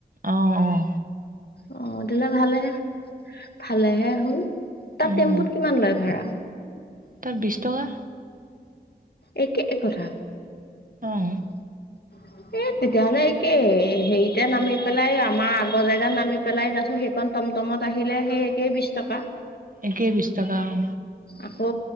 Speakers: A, on the right; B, on the left.
A: অঁ অঁ।
B: অ তেলে ভালেহে, ভালেহে হল, তাত
A: উম
B: টেম্পুত কিমান লয় ভাড়া?
A: তাত বিছ টকা।
B: এই কে এ কথা।
A: অঁ।
B: <inaudible> এই তেতিয়াহলে একেই হেৰিতে নামি পেলাই আমাৰ আগৰ জেগাত নামি পেলাই তাৰপিছত সেইকণ টমটমত আহিলে সেই একেই বিছ টকা।
A: একেই বিছ টকা অঁ।
B: আকৌ